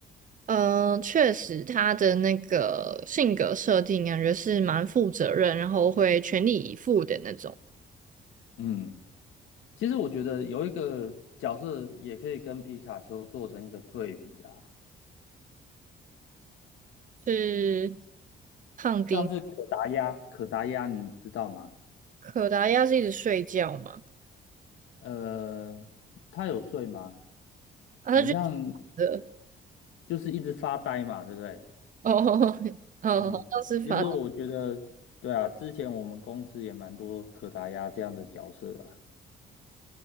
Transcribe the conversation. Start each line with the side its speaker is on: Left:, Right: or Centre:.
Right: 嗯，呃确实，它的那个性格设定感觉是蛮负责任，然后会全力以赴的那种。
Left: 嗯，其实我觉得有一个角色也可以跟皮卡丘做成一个对比啦，
Right: 是胖丁，
Left: 像是可达鸭，可达鸭你知道吗？
Right: 可达鸭是一直睡觉嘛？
Left: 呃，它有睡吗？
Right: 啊，他就
Left: 很像
Right: 的
Left: 就是一直发呆嘛，对不对？
Right: 哦哦，
Left: 嗯，
Right: 好像是发呆。
Left: 其实我觉得，对啊，之前我们公司也蛮多可达鸭这样的角色啊。